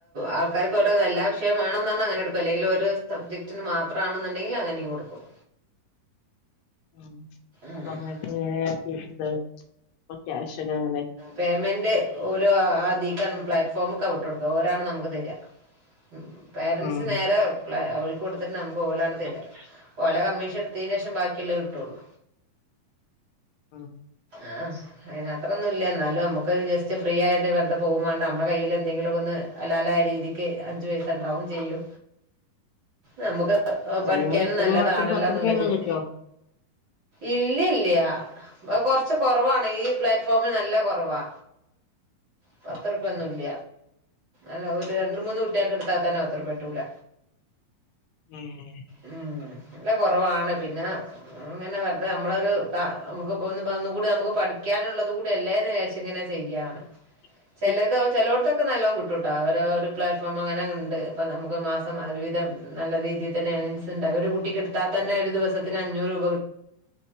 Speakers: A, on the right (about 40°); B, on the left (about 75°).
A: ആൾക്കാർക്ക് ഓരോ എല്ലാ വിഷയംവേണംന്ന് പറഞ്ഞാ അങ്ങനെ എടുക്കും അല്ലെങ്കിൽ ഒരു സബ്ജക്ടിന് മാത്രമാണെന്നുണ്ടെങ്കിൽ അങ്ങനെയും കൊടുക്കും
B: ഉ
A: ഉം
B: അപ്പൊ അങ്ങനനക്കണ്ട് അപ്പോ ക്യാഷ് ഒക്കെ എങ്ങനെ
A: പേയ്മെൻറ് ഓരോ ആ നീക്കാൻ പ്ലാറ്റ്ഫോമൊ ഒക്കെ വിട്ടുക കൊടുക്കുക ഒരാാണ് നമുക്ക് തരിക ഉ പേരൻറ്സ്
B: ഉം
A: നേരെ അവക്ക് കൊടുത്തിട്ട് നമുക്ക് ഓലാണ് തരാം ഓല കമ്മീഷൻ എടുത്തതിന് ശേഷം ബാക്കിയുള്ളള്ളത് കിട്ടുള്ളൂ
B: ആം
A: ആഹ് അതിന അത്രൊന്നും ഇല്ല എന്നാലും നമുക്ക് ജസ്റ്റ് ഫ്രീ ആയാല വെറുതെ പോകുംണ്ട് നമ്മള കയ്ൽ എന്തെങ്കിലും ഒന്ന് ഹലാലായ രീതിക്ക് അഞ്ചു പയസ ഉണ്ടാവും ചെയ്യൂ നമ്മുക്ക് പഠിക്കാനും
B: നിങ്ങള് ഒരു
A: നല്ലതാണല്ലോ
B: മാസത്തിൽ പത്ത്
A: എന്നുള്ളതില്
B: റുപ്യൊക്കെ കിട്ടോ
A: ഇല്ലല്ല കൊറച്ച് കുറവാണ് ഈ പ്ലാറ്റ്ഫോമിൽ നല്ല കുറവാ പത്ത്റുപ ഒന്നും ഇല്ല അല്ല ഒരു രണ്ട മൂന്ന് കുട്ടിയൊക്കെ എടുത്താത്താനോ പത്തു രൂപ കിട്ടൂല്ല
B: ഉം
A: ഉം അല്ല കുറവാണ് പിന്നെ അങ്ങനെ വ അത് നമ്മളൊരു നമുക്ക്ന്നുകൂടി നമുക്ക് പഠിക്കാനുള്ളത് കൂടി അല്ലേന്ന്ചാരിച്ച ഇങ്ങനെ ചെയ്യാണ്
B: <inaudible>
A: ചിലത് ചിലോടത് നല്ലോണം കിട്ടും ട്ട ഓരോ ഒരു പ്ലാറ്റ്ഫോം അങ്ങനെ ഉണ്ട് അപ്പ നമുക്ക് മാസം ഒരു വിവിധം നല്ല രീതിൽ തന്നെ ഉണ്ട ഒരു കുട്ടിക്ക് എടുത്താൽ തന്നെ ഒരു ദിവസത്തിന് അഞ്ഞൂറ് രൂപ